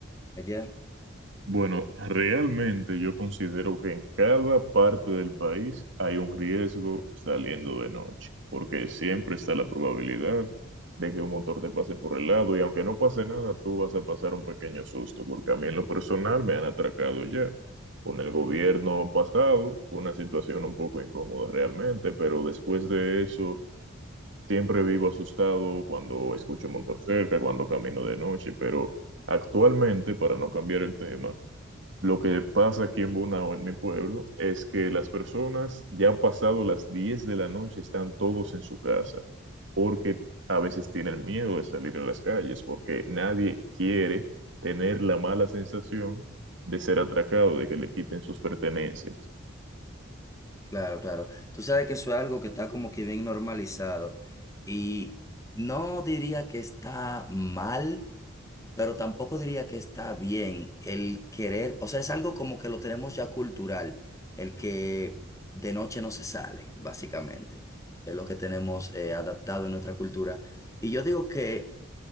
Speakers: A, on the left; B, on the right.
A: Allá,
B: Bueno, realmente yo considero que en cada parte del país hay un riesgo saliendo de noche, porque siempre está la probabilidad de que un motor te pase por el lado y aunque no pase nada, tú vas a pasar un pequeño susto, porque a mí en lo personal me han atracado ya. Con el gobierno pasado, fue una situación un poco incómoda realmente, pero después de eso, siempre vivo asustado cuando escucho un motor cerca, cuando camino de noche, pero... Actualmente, para no cambiar el tema, lo que pasa aquí en Bonao, en mi pueblo, es que las personas ya pasado las 10 de la noche están todos en su casa, porque a veces tienen miedo de salir a las calles, porque nadie quiere tener la mala sensación de ser atracado, de que le quiten sus pertenencias.
A: claro, claro. Tú sabes que eso es algo que está como que bien normalizado y no diría que está mal, pero tampoco diría que está bien el querer, o sea, es algo como que lo tenemos ya cultural, el que de noche no se sale, básicamente, es lo que tenemos eh, adaptado en nuestra cultura. Y yo digo que